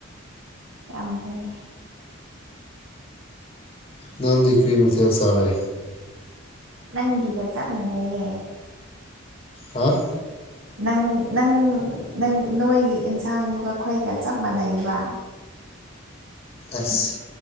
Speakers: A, on the right; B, on the left.
A: ꯌꯥꯝ ꯐꯩꯌꯦ
B: ꯅꯪꯗꯤ ꯀ꯭ꯔꯤ ꯃꯊꯦꯜ ꯆꯥꯔꯦ
A: ꯅꯪꯒꯤꯒ ꯆꯞ ꯃꯥꯟꯅꯩꯌꯦ
B: ꯍꯥꯥ
A: ꯅꯪ ꯅꯪ ꯅꯪ ꯅꯣꯏꯒꯤ ꯏꯟꯁꯥꯡꯗꯨꯒ ꯑꯩꯈꯣꯏꯒ ꯆꯞ ꯃꯥꯟꯅꯩꯌꯦꯕ
B: ꯑꯁ